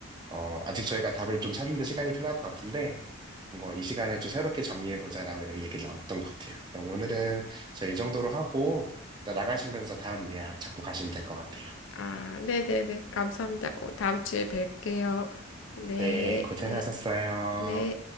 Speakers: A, on the right (about 20°); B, on the left (about 70°).
A: 어, 아직 저희가 답을 좀 찾는 데 시간이 필요할 것 같은데, 뭔가 이 시간을 좀 새롭게 정리해보자라고 이렇게 얘기를 나눴던 것 같아요. 그럼 오늘은 저 이 정도로 하고, 일단 나가시면서 다음 예약 잡고 가시면 될 것 같아요.
B: 아, 네네네. 감사합니다. 어, 다음 주에 뵐게요. 네,
A: 네, 고생하셨어요.
B: 네. 네.